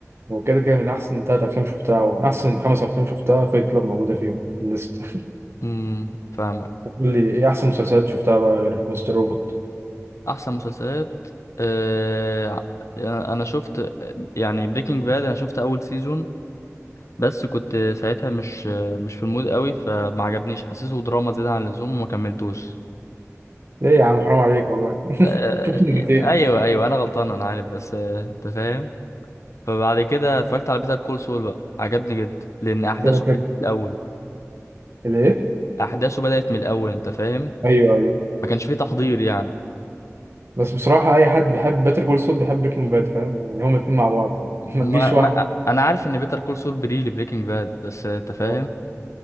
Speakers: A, on the right; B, on the left.
A: وكده كده من أحسن تلات أفلام شفتها ومن أحسن خمس أفلام شفتها فايت كلاب موجودة فيهم في الليستة <laughs>
B: امم فاهمك
A: قول لي إيه أحسن مسلسلات شفتها بقى غير مستر روبوت
B: احسن مسلسلات آه انا شفت يعني بريكنج باد انا شفت اول سيزون بس كنت ساعتها مش مش في المود قوي فما عجبنيش حسيته دراما زيادة عن اللزوم وما كملتوش
A: إيه يا عم حرام عليك والله <laughs>
B: آه
A: شفت مرتين
B: ايوه ايوه انا غلطان انا عارف بس آه، انت فاهم فبعد كده اتفرجت على بيتر كول سول بقى عجبني جدا لان احداثه
A: كده كده
B: بدأت من الاول
A: الإيه؟
B: احداثه بدأت من الاول انت فاهم
A: أيوه أيوه
B: ما كانش فيه تحضير يعني
A: بس بصراحة أي حد بيحب باتر كول سول بيحب بريكنج باد فاهم يعني هما الاتنين مع بعض يعني. <laughs>
B: ما
A: ما تجيش واحدة
B: ما انا عارف ان بيتر كول سول بري لبريكنج باد بس آه، انت فاهم
A: اه